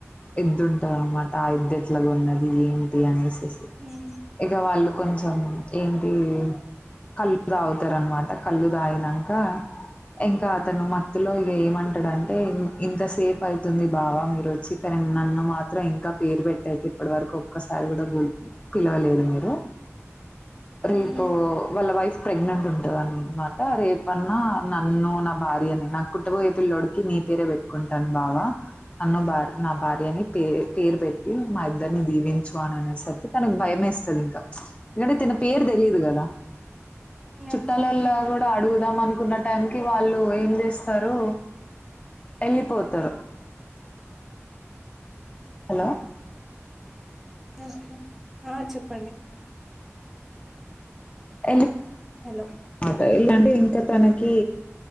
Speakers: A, on the left; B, in the centre.
A: ఎద్దుంటది అన్నమాట తాగిద్దట్లాగా ఉన్నది ఏంటి అనేసి
B: ఉమ్
A: ఇక వాళ్ళు కొంచెం ఏంటి కళ్ళు తాగుతారునమాట కళ్ళు తాగినక ఇంకా. అతను మత్తులో ఇక ఏమంటాడంటే ఇంత సేపు అవుతుంది. బాబ మీరు వచ్చి కానీ నన్ను మాత్రం ఇంకా పేరువ ట్ అయి ఇప్పటి వరకు ఒక్కసారి కూడా పిలవలేదు. మీరు రేపు
B: ఉమ్
A: వాళ్ళ వైఫ్ ప్రెగ్నెంట్ ఉంటందినమాట రేపన్నా నన్ను నా భార్య అని నా కుటుంబం ఏ పిల్లోడికి నీ పేరే పెట్టుకుంటాను బాబ నన్ను భ నా భార్య అని పే పేరు పెట్ మా ఇద్దరిని దీవించు అని అనేసరికి తనకి భయ వేస్తుంది. ఇంకా ఎందుకంటే తన పేరు తెలియదు కదా చుట్టాలలో
B: ఓకే
A: కూడా అడుగుదాం అనుకున్న టైం కి వాళ్ళు ఏం చేస్తారు వెళ్ళిపోతారు హలో
B: ఓకే చెప్పండి
A: <unintelligible>
B: హలో
A: అట ఇలాంటే ఇంకా తనకి